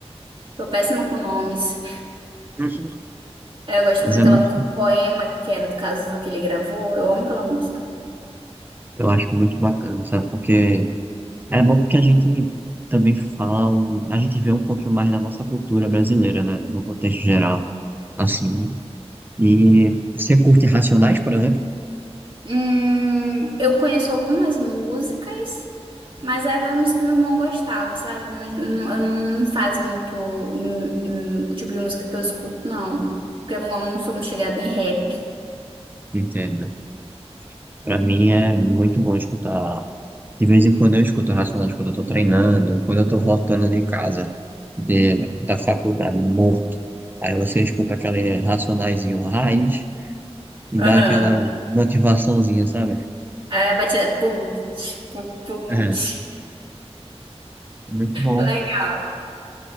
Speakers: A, on the right (about 50°); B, on the right (about 20°).
A: Tô péssima com nomes.
B: <laughs>
A: É, Eu gosto
B: Mas
A: muito daquela
B: é muito,
A: música Poema, que era do caso que ele gravou. Eu amo aquela música.
B: eu acho muito bacana, sabe? Porque É bom porque a gente também fala, um- a gente vê um pouquinho mais da nossa cultura brasileira, né? No contexto geral, assim. E você curte Racionais, por exemplo?
A: Hum, eu conheço algumas músicas. Mas era a música que meu irmão gostava, sabe? Mas não- eu não faço muito hum, hum, o tipo de música que eu escuto, não. Porque eu não, eu não sou muito chegada em rap.
B: Entendo. Pra mim é muito bom escutar. De vez em quando eu escuto Racionais quando eu tô treinando, quando eu tô voltando de casa, de, da faculdade, morto. Aí você escuta aquele racionaizinho raiz e
A: Aham.
B: dá aquela motivaçãozinha, sabe?
A: Aí a batida. Putz, putz, putz.
B: É, muito bom.
A: Legal.